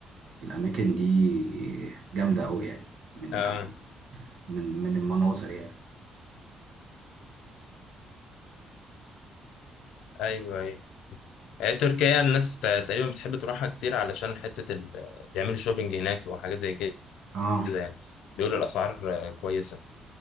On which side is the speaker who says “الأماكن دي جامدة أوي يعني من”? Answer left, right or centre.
Right